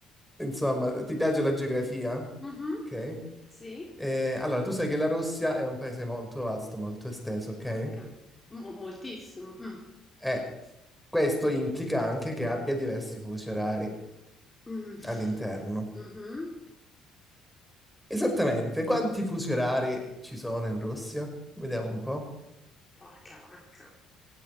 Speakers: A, in the centre; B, on the left (about 20°).
A: insomma, ti piace la geografia, ok?
B: Mhm, Sì,
A: Eh, allora, tu sai che la Russia è un paese molto vasto, molto esteso, ok?
B: porca, mo- moltissimo. mm.
A: E questo implica anche che abbia diversi fusi orari
B: Mm.
A: all'interno.
B: Mhm.
A: Esattamente, quanti fusi orari ci sono in Russia? Vediamo un po'.
B: Porca vacca.